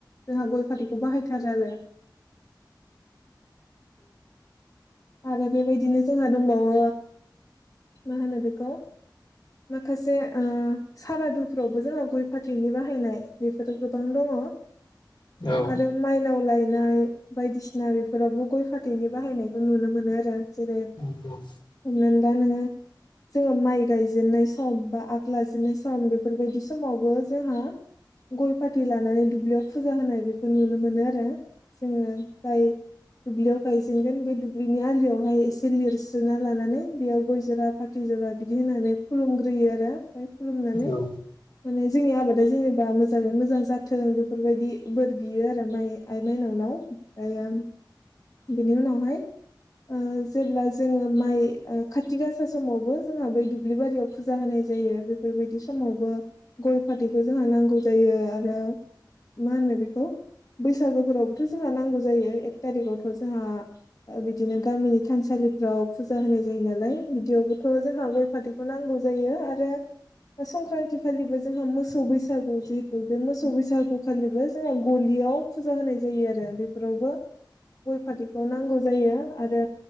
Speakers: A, on the left; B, on the left.
A: जोंहा गय फाथैखौ बाहायथारो आरो आरो बेबायदिनो जोंहा दंबावो मा होनो बेखौ माखासे ओ सारादुफ्रावबो जोंहा गय फाथैनि बाहायनाय बेफोरथ' गोबां दङ।
B: औ
A: आरो मायनाव लायनाय बायदिसिना बेफोरावबो गय फाथैनि बाहायनाय नुनो मोनो आरो जेरै -
B: <unintelligible>
A: हमनानै ला नोङो जोङो माइ गायजेननाय सम बा आग लाजेनाय सम बेफोरबायदि समावबो जोंहा गय फााथै लानानै दुब्लियाव फुजा होनाय बेखौ नुनो मोनो आरो। जोङो जाय दुब्लियाव गायजेनगोन बे दु ब्लिनि आलियावहाय एसे लिरस्रोना लानानै बेयाव गय जरा फाथै जरा बिदि होनानै खुलुमग्रोयो आरो ओमफ्राय खुलुमनानै
B: औ
A: माने जोंनि आबादा जेनेबा मोजाङै मोजां जाथों बेफोरबायदि बोर बियो आरो माइ आइ माइनावनाव। ओमफ्रायो बिनि उनावहाय ओ जेब्ला जोङो माइ खााथि गासा समावबो जोंहा बै दुब्लि बारियाव फुजा होनाय जायो। बे बेबायदि समावबो गय फाथैखौ जोंहा नांगौ जायो आरो मा होनो बेखौ बैसागोफोरावबोथ' जोंहा नांगौ जायो एक थारिकआवथ' जोंहा ओ बिदिनो गामिनि थानसालिफ्राव फुजा होनाय जायो नालाय बिदियावबो थ' जोंहा गय फाथैखौ नांगौ जायो आरो संक्रान्ति खालिबो जोंहा मोसौ बैसागु जिहेथु बे मोसौ बैसागु खालिबो जोंहा गलियाव फुजा होनाय जायो आरो बेफोरावबो गय फाथैखौ नांगौ जायो। आरो